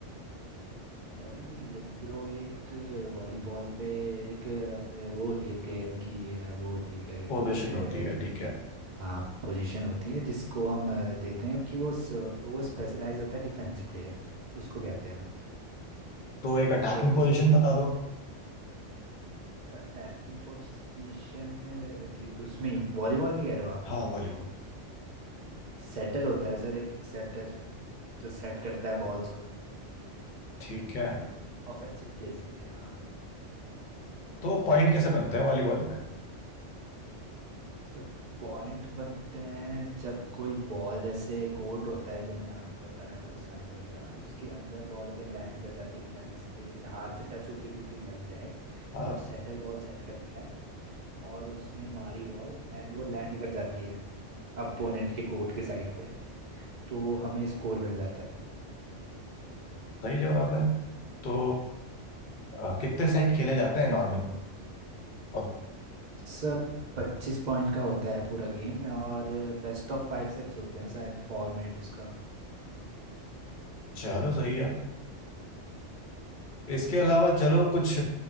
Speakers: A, on the right (about 45°); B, on the left (about 55°).
A: सर लिप्रो एक वॉलीबॉल पे एक अ, वो होती है प्लेयर की अ, वो होती है क्या कहते
B: पोजिशन
A: हैं उसे
B: होती है
A: अ,
B: ठीक है
A: हाँ पोजीशन होती है जिसको हम अ, देते हैं कि वो स- वो स्पेशलाइज होता है डिफेंस प्लेयर उसको कहते हैं हम
B: तो एक अटैकिंग
A: तो उसकी
B: पोजिशन बता दो
A: अटैकिंग पोजीशन उसमें वॉलीबॉल में कह रहे हो आप
B: हाँ वॉलीबॉल
A: सेटर होता है सर एक सेटर जो सेट करता है बॉल्स को
B: ठीक है
A: ऑफेंसिव प्लेस के लिए हाँ
B: तो पॉइंट कैसे बनते हैं वॉलीबॉल में
A: सर पॉइंट बनते हैं जब कोई बॉल जैसे कोर्ट होता है जो मैंने आपको बताया वो साइज वगैरह उसके अंदर बॉल अगर लैंड कर जाती है बिना किसी के या हाथ से टच होके भी कि लग जाए
B: हाँ
A: जब सेटर बॉल सेट करता है और उसने मारी बॉल एंड वो लैंड कर जाती है अपोनेंट के कोर्ट के साइड पे तो हमें स्कोर मिल जाता है
B: सही जवाब है तो आ, कितने सेट खेले जाते हैं नॉर्मली और
A: सब पच्चीस पॉइंट का होता है पूरा गेम और बेस्ट ऑफ फाइव सेट्स होते हैं शायद फॉर्मेट उसका
B: चलो सही है इसके अलावा चलो कुछ